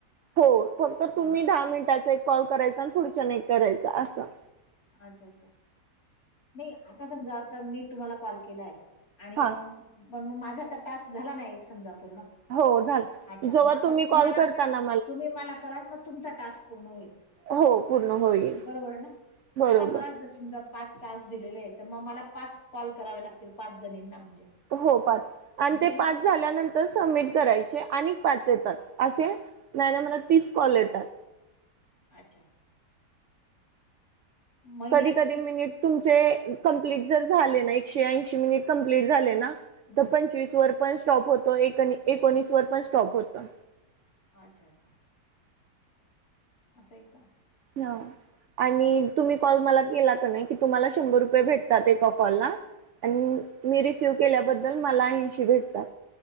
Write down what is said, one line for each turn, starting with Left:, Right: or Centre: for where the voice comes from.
Right: हो फक्त
Left: हां.
Right: तुम्ही दहा मिनिटाचा एक कॉल करायचा आणि पुढच्याने एक करायचा असं.
Left: अच्छा अच्छा नाही आता समजा आता मी तुम्हाला कॉल केलाये आणि
Right: हा
Left: पण मग माझा तर टास्क झाला नाही एक समजा पूर्ण.
Right: हो झालं
Left: अच्छा
Right: जेव्हा
Left: मग आता
Right: तुम्ही
Left: तुम्हाला
Right: कॉल करता
Left: पण
Right: ना
Left: तुम्ही मला कराल मग तुमचा टास्क पूर्ण होईल.
Right: हो पूर्ण होईल.
Left: बरोबर आहे ना.
Right: बरोबर
Left: आता मला जर समजा पाच टास्क दिलेले आहेत तर मग मला पाच कॉल करावे लागतील पाच जणींना म्हणजे.
Right: हो पाच आणि
Left: म्हणजे
Right: ते
Left: मग
Right: पाच. झाल्यानंतर सबमिट करायचे आणि पाच येतात असे ना म्हणता तीस कॉल येतात.
Left: अच्छा! महिन्याला
Right: कधी कधी मिनिट तुमचे कंप्लीट जर झाले ना एकशे ऐंशी मिनिट कंप्लीट झाले ना.
Left: हं.
Right: तर पंचवीस वर पण स्टॉप होतो एकोणीस वर पण स्टॉप होतो.
Left: अच्छा अच्छा! असं आहे का?
Right: हा. आणि तुम्ही कॉल मला केला का नाही की तुम्हाला शंभर रुपये भेटतात एका कॉल ला. आणि मी रिसिव केल्याबद्दल मला ऐंशी भेटतात.